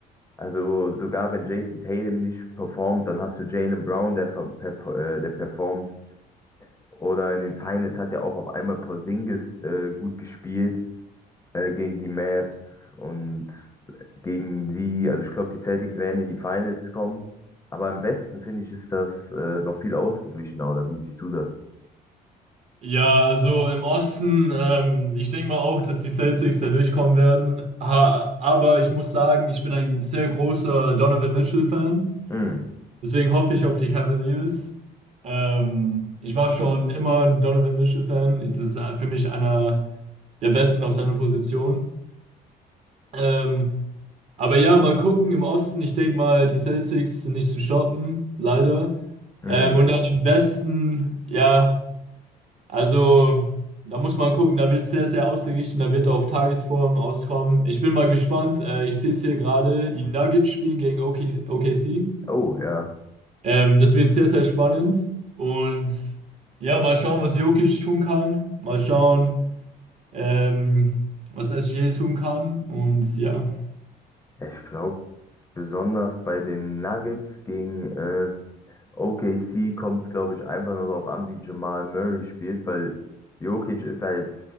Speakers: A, on the left; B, on the right.
A: Also sogar wenn Jason Tatum nicht performt, dann hast du Jaylen Brown, der, ver- per- äh, der performt. Oder in den Finals hat ja auch auf einmal Porzingis äh, gut gespielt äh, gegen die Mavs und gegen die, also ich glaube, die Celtics werden in die Finals kommen. Aber im Westen, finde ich, ist das äh, noch viel ausgeglichener, oder wie siehst du das?
B: Ja, also im Osten, ähm, ich denke mal auch, dass die Celtics da durchkommen werden. Ha aber ich muss sagen, ich bin ein sehr großer Donovan Mitchell-Fan.
A: Hm,
B: Deswegen hoffe ich auf die Cavaliers. Ähm, ich war schon immer ein Donovan Mitchell-Fan. Das ist äh, für mich einer der Besten auf seiner Position. Ähm, aber ja, mal gucken. Im Osten, ich denke mal, die Celtics sind nicht zu stoppen, leider.
A: hm.
B: Ähm, und dann im Westen, ja. Also, da muss man gucken, da wird es sehr, sehr ausgeglichen, da wird er auf Tagesform auskommen. Ich bin mal gespannt. Äh, ich sehe es hier gerade, die Nuggets spielen gegen OK OKC.
A: Oh, ja.
B: Ähm, das wird sehr, sehr spannend. Und ja, mal schauen, was Jokic tun kann. Mal schauen, ähm, was SGA tun kann. Und ja.
A: Ja, ich glaube, besonders bei den Nuggets gegen äh, OKC kommt es, glaube ich, einfach nur darauf an, wie Jamal Murray spielt, weil Jokic ist halt,